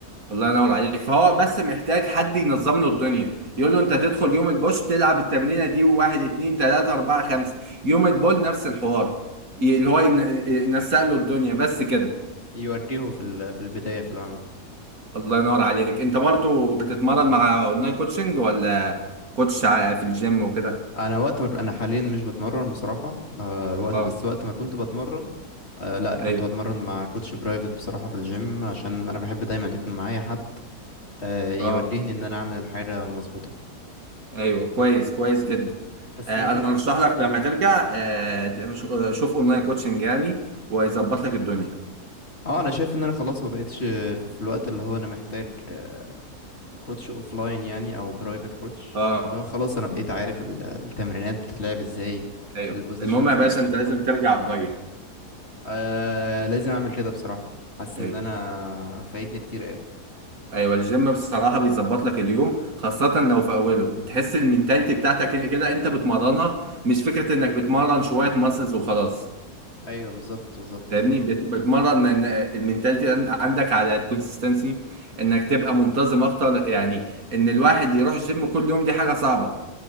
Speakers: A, on the right; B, on the left.
A: الله ينور عليك فهو بس محتاج حد ينظم له الدنيا يقول له انت تدخل يوم البوش تلعب التمرينه دي وواحد اتنين تلاته اربعه خمسه يوم البول نفس الحوار ي- اللي هو ينسق له الدنيا بس كده
B: يوديه في ال- في البداية في العموم
A: الله ينور عليك انت برضو بتتمرن مع اونلاين كوتشنج ولا كوتش ع- في الجيم وكده
B: انا وقت ما انا حاليا مش بتمرن بصراحة أه وقت-
A: اه
B: بس وقت ما كنت بتمرن أه لا كنت
A: ايوه
B: بتمرن مع كوتش برايفت بصراحة في الجيم عشان انا بحب دايما يكون معايا حد أه يوجهني
A: اه
B: ان انا اعمل الحاجة مظبوطة
A: ايوه كويس كويس جدا
B: بس
A: آه
B: انا في
A: انا
B: الأ...
A: ارشح لك لما ترجع آه ش- آه، شوف اونلاين كوتشنج يعني ويظبط لك الدنيا
B: اه انا شايف ان انا خلاص ما بقتش في الوقت اللي هو انا محتاج آه، كروتش اوف لاين يعني او برايفت كروتش
A: اه
B: اللي هو خلاص انا بقيت عارف ال- التمرينات بتتلعب ازاي
A: ايوه
B: البوزيشنز
A: المهم يا باشا
B: المظبوطه
A: انت لازم ترجع قريب
B: آه لازم اعمل كده بصراحه حاسس
A: ايوه
B: ان انا فايتني كتير ايه
A: ايوه الجيم بصراحه بيظبط لك اليوم خاصه لو في اوله بتحس المينتاليتي بتاعتك كده انت بتمرنها مش فكره انك بتمرن شويه ماسلز وخلاص
B: ايوه بالظبط بالظبط
A: فاهمني بت- بتمرن إن- المينتاليتي عند- عندك على الكونسستنسي انك تبقى منتظم اكتر يعني ان الواحد يروح الجيم كل يوم دي حاجه صعبه